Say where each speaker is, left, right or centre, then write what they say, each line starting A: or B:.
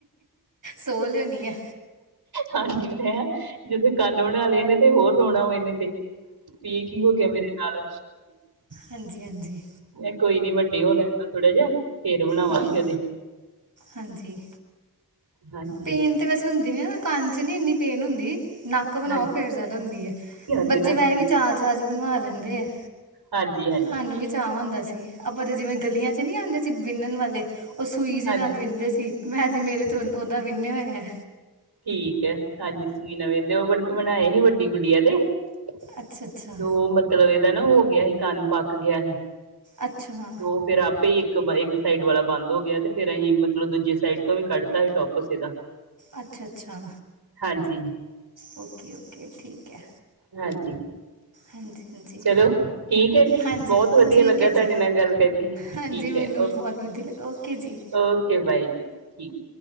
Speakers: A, on the right; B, on the right.
A: ਸੋ ਲਿਆਉਣੀ ਆ
B: ਹਾਂਜੀ ਮੈਂ ਜਦੋਂ ਕੰਨ ਬਣਾ ਲਏ ਨੇ ਤੇ ਹੋਰ ਰੋਣਾ ਵਾਂ ਇਹਨੇ ਤੇ ਵੀ ਕੀ ਹੋ ਗਿਆ ਮੇਰੇ ਨਾਲ।
A: ਹਾਂਜੀ ਹਾਂਜੀ।
B: ਮੈਂ ਕੋਈ ਨੀ ਵੱਡੀ ਹੋ ਲੈਣ ਦੋ ਥੋੜਾ ਜਿਹਾ ਫੇਰ ਬਣਾਵਾਂਗੇ
A: ਹਾਂ।
B: ਉਹਦੇ।
A: ਹਾਂਜੀ।
B: ਹਾਂਜੀ
A: ਪੇਨ ਤੇ ਵੈਸੇ ਹੁੰਦੀ ਨ ਕੰਨ ਚ ਨੀ ਇੰਨੀ ਪੇਨ ਹੁੰਦੀ। ਨੱਕ ਵਣਾਓ
B: ਹਾਂਜੀ
A: ਫੇਰ ਜ਼ਿਆਦਾ ਹੁੰਦੀ ਹੈ
B: ਹਾਂਜੀ
A: ਬੱਚੇ
B: ਨੱਕ
A: ਵੈਸ
B: ਦੀ
A: ਵੀ ਚਾਅ -ਚਾਅ 'ਚ ਬਣਵਾ ਲੈਂਦੇ ਹੈ।
B: ਹਾਂਜੀ- ਹਾਂਜੀ
A: ਹਾਨੂੰ ਵੀ ਚਾਅ ਹੁੰਦਾ ਸੀ ਆਪਾਂ ਤੇ ਜਿਵੇਂ ਗਲੀਆਂ 'ਚ ਨੀ ਆਂਦੇ ਸੀ ਵਿੰਨਨ ਵਾਲੇ ਉਹ ਸੂਈ ਦੇ
B: ਹਾਂਜੀ
A: ਨਾਲ ਵਿੰਨਦੇ ਸੀ ਮੈਂ ਤੇ ਮੇਰੇ ਤੇ ਓਦਾਂ ਵਿੰਨੇ ਹੋਏ ਆ।
B: ਠੀਕ ਹੈ ਹਾਂਜੀ ਸੂਈ ਨਾ ਵਿੰਨਦੇ ਆ ਉਹ ਵਨਾਏ ਸੀ ਵੱਡੀ ਗੁੱਡੀਆਂ ਦੇ ਤੇ
A: ਅੱਛਾ ਅੱਛਾ
B: ਉਹ ਮਤਲਬ ਇਹਦਾ ਨਾ ਹੋ ਗਿਆ ਸੀ ਕੰਨ ਪੱਕ ਗਿਆ ਹੀ।
A: ਅੱਛਾ
B: ਉਹ ਫਿਰ ਆਪੇ ਹੀ ਇੱਕ- ਇੱਕ ਸਾਈਡ ਵਾਲਾ ਬੰਦ ਹੋ ਗਿਆ ਤੇ ਫੇਰ ਅਹੀਂ ਦੂਜੇ ਸਾਈਡ ਤ ਵੀ ਕੱਢਤਾ ਸੀ ਟੋਪਸ ਇਹਦਾ
A: ਅੱਛਾ- ਅੱਛਾ
B: ਹਾਂਜੀ
A: ਓਕੇ -ਓਕੇ ਠੀਕ ਹੈ।
B: ਹਾਂਜੀ
A: ਹਾਂਜੀ ਹਾਂਜੀ
B: ਚਲੋ ਠੀਕ ਹੈ ਜੀ
A: ਹਾਂਜੀ
B: ਬਹੁਤ ਵਧੀਆ
A: ਠੀਕ
B: ਲੱਗਾ
A: ਹੈ ਜੀ
B: ਤੁਹਾਡੇ ਨਾਲ ਗੱਲ ਕਰਕੇ
A: ਹਾਂਜੀ
B: ਠੀਕ
A: ਮੈਨੂੰ
B: ਹੈ
A: ਵੀ ਬਹੁਤ ਵਧੀਆ ਲੱਗਾ ਓਕੇ ਜੀ
B: ਓਕੇ ਬਾਈ ਜੀ ਠੀਕ।